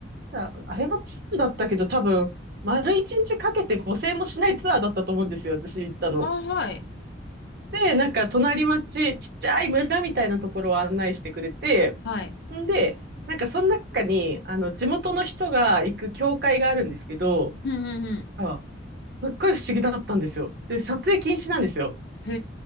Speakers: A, on the right (about 60°); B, on the left (about 60°).
A: ああれもツアーだったけど、多分、丸一日かけて5000もしないツアーだったと思うんですよ。私行ったの。
B: ああ、はい。
A: で、なんか隣町、ちっちゃい村みたいなところを案内してくれて、
B: はい。
A: んで、なんかその中に、あの、地元の人が行く教会があるんですけど、
B: うんうんうん。
A: あすっごい不思議だったんですよ。で、撮影禁止なんですよ。
B: へ